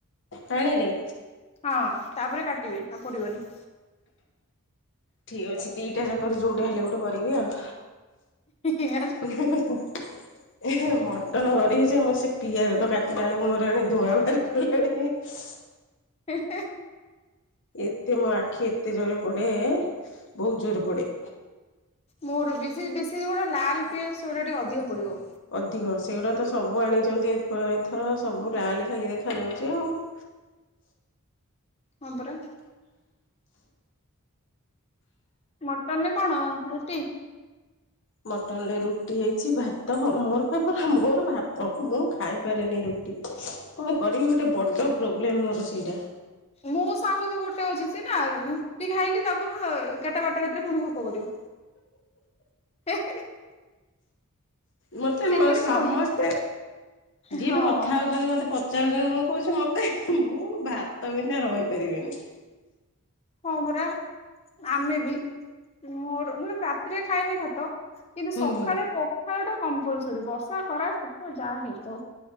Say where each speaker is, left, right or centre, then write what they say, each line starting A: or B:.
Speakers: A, on the left; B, on the left.
A: ପାଣିରେ?
B: ହଁ ତାପରେ କାଟିବେ ଆଉ ପୋଡିବନି।
A: ଠିକ୍ ଅଛି ଦିଟା ଯାକରୁ ଯଉଟା ହେଲେ ଗୋଟେ କରିବି ଆଉ।
B: ଏ-ହେଁ -ହେଁ।
A: <unintelligible> ହେଁ- ମଟନ କରିବି ଯେ ମୁଁ ସେ ପିଆଜ ତ କାଟିଲା ବଳକୁ ମୋର ଏଣେ ଧୂଆଁ ବାହାରି ପଡିଲାଣି। ହେଁ- ହେଁ।
B: ହେଁ -ହେଁ।
A: ଏତେ ମୋ ଆଖି ଏତେ ଜୋର୍ ରେ ପୋଡ଼େ ବହୁତ୍ ଜୋର୍ ରେ ପୋଡ଼େ।
B: ମୋର ବି ଯେ ବେଶୀ ଯଉଗୁଡା ଲାଲ୍ ପିଆଜ ସେଗୁଡା ଟିକେ ଅଧିକ ପୋଡିବ।
A: ଅଧିକ ସେଗୁଡ଼ା ତ ସବୁ ଆଣିଛନ୍ତି ଏପ ଏଥର ସବୁ ଲାଲ ଖାଲି ଦେଖାଯାଉଛି ଆଉ।
B: ହଁ ପରା। ମଟନରେ କଣ ରୁଟି?
A: ମଟନ ରେ ରୁଟି ହେଇଛି ଭାତ ମୋର ପା ମୋର ଭାତ ମୁଁ ଖାଇପାରେନି ରୁଟି। କଣ କରିବି ଗୋଟେ ବଡ଼ ପ୍ରୋବ୍ଲେମ ମୋର ସେଇଟା।
B: ମୋ ସାଙ୍ଗ ବି ଗୋଟେ ଅଛି ସିଏ ନା ରୁଟି ଖାଇଲି ତାକୁ ନା ଏଗାରଟା ବାରଟା ରାତିରେ ପୁଣି ଭୋକ କରିବ। <unintelligible>
A: ମୋତେ
B: ସେଥିରେ
A: ମୋ ସମସ୍ତେ
B: କଣ ଅଛି?
A: ଯିଏ
B: ହଁ
A: ବି କଥା ହଉଛନ୍ତି ମତେ ପ ଚାରୁଚନ୍ତି ମୁଁ କହୁଛି ମତେ ମୁଁ ଭାତ ବିନା ରହିପାରିବିନି।
B: ହଁ ପରା ଆମେ ବି ମୋର ମାନେ ମୁ ରାତିରେ ଖାଏନି ଭାତ। କିନ୍ତୁ
A: ହୁଁ
B: ସକାଳେ
A: ହୁଁ
B: ପଖାଳ ଟା କମ୍ପଲସରୀ ବର୍ଷା ଖରା ଶୀତ ଯାହା ହେଇଥାଉ।